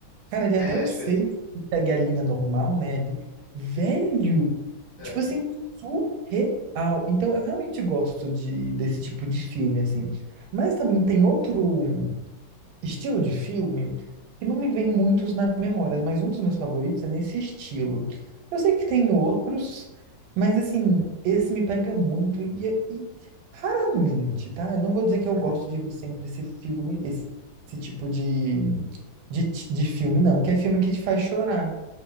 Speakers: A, on the right; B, on the left.
A: Cara, ele é
B: é,
A: até o
B: acho
A: 6
B: que é isso.
A: que segue a linha normal, né? Ali. Velho!
B: É.
A: Tipo assim, surreal. Então, eu realmente gosto de, desse tipo de filme, assim. Mas também tem outro estilo de filme que não me vem muitos na memória, mas um dos meus favoritos é nesse estilo. Eu sei que tem outros, mas assim, esse me pega muito e, e raramente, tá? Eu não vou dizer que eu
B: Uhum.
A: gosto de ver sempre esse filme, esse esse tipo de de, ti- de filme, não, que é filme que te faz chorar,